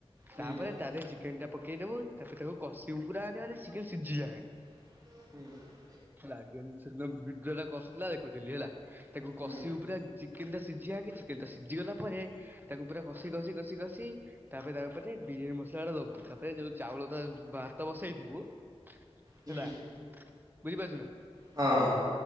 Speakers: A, on the right; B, on the right.
A: ହୁଁ
B: ତାପରେ
A: ହୁଁ
B: ତା ଦେରେ ଚିକେନ ଟା ପକେଇଦବୁ ତାପରେ ତାକୁ କଷିବୁ ପୁରା ମାନେ ମାନେ ସି ଚିକେନ ସିଝିଯାଏଁ
A: ହୁଁ।
B: ହେଲା ଗ ସେଦିନ ଭିଡ଼ିଓ ରେ କଷୁଥିଲା ଦେଖୁଥିଲି ହେଲା ତାକୁ
A: ହୁଁ
B: କଷିବୁ ପୁରା ଚିକେନ ଟା ସି ସିଜିଆଙ୍କେ ଚିକେନ ଟା ସିଜିଗଲା ତାପରେ ତାକୁ ପୁରା କଷି କଷି କଷି କଷି ତାପରେ ତା ଓପରେ ବିରିୟାନ ମସଲାଟା ଦବୁ ତାପରେ ଯୋଉ ଚାଉ ଲତା ଭ ଭାତ ବସେଇଥିବୁ
A: ହୁଁ।
B: ହେଲା ବୁଝିପାରୁଛୁ ନା?
A: ହଁ।